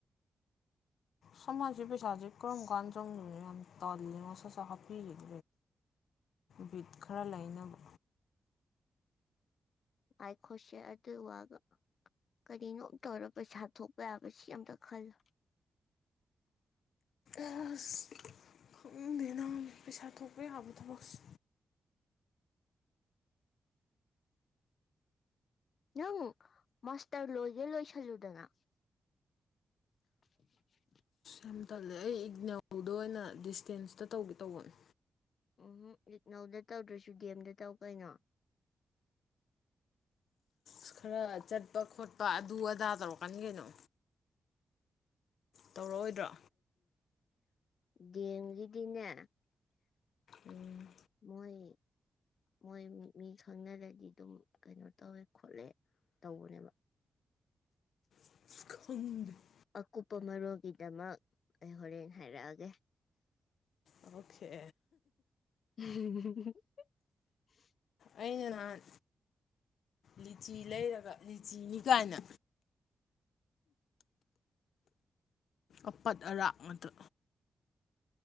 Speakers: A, on the left (about 85°); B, on the left (about 55°).
A: ꯁꯃꯥꯟꯁꯤ ꯄꯩꯁꯥꯁꯤ ꯀꯔꯝ ꯀꯥꯟ ꯆꯣꯡꯗꯅ ꯌꯥꯝ ꯇꯜꯂꯤ ꯃꯣꯁꯁ ꯍꯥꯞꯄꯤꯔꯤꯠ ꯕꯤꯠ ꯈꯔ ꯂꯩꯅꯕ
B: ꯉꯥꯏꯈꯣꯁꯦ ꯑꯗꯨ ꯋꯥꯒ ꯀꯔꯤꯅꯣ ꯇꯧꯔ ꯄꯩꯁꯥ ꯊꯣꯛꯄ ꯌꯥꯕꯁꯤ ꯑꯝꯇ ꯈꯜꯂꯨ
A: ꯑꯁ ꯈꯪꯅꯤꯡꯗꯦꯅ ꯄꯩꯁꯥ ꯊꯣꯛꯄ ꯌꯥꯕ ꯊꯕꯛꯁꯨ
B: ꯅꯪ ꯃꯥꯁꯇꯔ ꯂꯣꯏꯒꯦ ꯂꯣꯏꯁꯜꯂꯨꯗꯅ <inaudible>
A: ꯀ ꯇꯜꯂꯦ ꯑꯩ ꯏꯒꯅꯦꯜꯗ ꯑꯣꯏꯅ ꯗꯤꯁꯇꯦꯟꯁꯇ ꯇꯧꯒꯦ ꯇꯧꯕꯅꯦ
B: ꯎꯝ ꯏꯛꯅꯧꯗ ꯇꯧꯗ꯭ꯔꯁꯨ ꯗꯦꯝꯗ ꯇꯧ ꯀꯩꯅꯣ
A: ꯑ ꯈꯔ ꯆꯠꯄ ꯈꯣꯠꯄ ꯑꯗꯨ ꯑꯗꯥ ꯇꯧꯔꯛꯀꯅꯤ ꯀꯩꯅꯣ ꯇꯧꯔꯛꯑꯣꯏꯗ꯭ꯔꯣ
B: ꯗꯦꯡꯒꯤꯗꯤꯅꯦ
A: ꯎꯝ
B: ꯃꯣꯏ ꯃꯣꯏ ꯃꯤ ꯈꯪꯅꯔꯗꯤ ꯑꯗꯨꯝ ꯀꯩꯅꯣ ꯇꯧꯋꯦ ꯈꯣꯠꯂꯦ ꯇꯧꯕꯅꯦꯕ
A: <unintelligible>
B: ꯑꯀꯨꯞꯄ ꯃꯔꯣꯜꯒꯤꯗꯃꯛ ꯑꯩ ꯍꯣꯔꯦꯟ ꯍꯥꯏꯔꯛꯑꯒꯦ
A: ꯑꯣꯀꯦ
B: <unintelligible>
A: ꯑꯩꯅ ꯅꯍꯥꯟ ꯂꯤꯆꯤ ꯂꯩꯔꯒ ꯂꯤꯆꯤꯅꯤ ꯀꯥꯏꯅ ꯑꯄꯠ ꯑꯔꯥꯛ ꯑꯗꯨ